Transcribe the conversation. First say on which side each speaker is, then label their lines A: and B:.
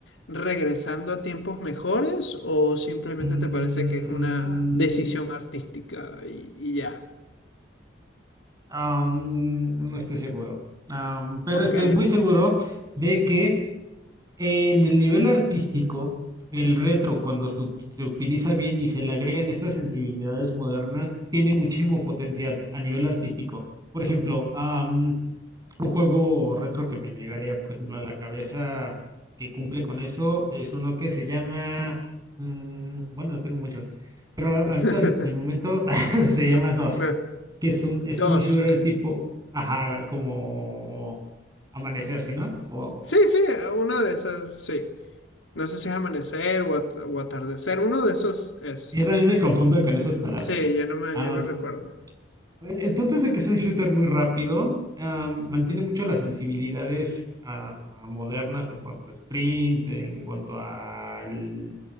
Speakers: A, on the left; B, on the right.
A: regresando a tiempos mejores o simplemente
B: Mm,
A: te parece que es una decisión artística y, y ya?
B: am, no estoy seguro. Am, pero
A: Ok.
B: estoy muy seguro de que En el nivel artístico, el retro, cuando se, ut- se utiliza bien y se le agregan estas sensibilidades modernas, tiene muchísimo potencial a nivel artístico. Por ejemplo, am, un juego retro que me llegaría, por ejemplo, a la cabeza que cumple con eso es uno que se llama, mm, bueno, no tengo muchos, pero a- ahorita
A: <laughs>
B: de momento <laughs> se llama Dusk,
A: Claro.
B: que es un,
A: Dusk.
B: es un shooter tipo, ajá, como Amanecer, ¿sí, no? O,
A: Sí, sí, una de esas, sí. No sé si es amanecer o, at- o atardecer. Uno de esos es.
B: Yo también me confundo con esas palabras.
A: Sí, ya no me,
B: Am,
A: ya no recuerdo.
B: el, el punto es de que es un shooter muy rápido, am, mantiene mucho las sensibilidades ah, modernas en cuanto a sprint, en cuanto al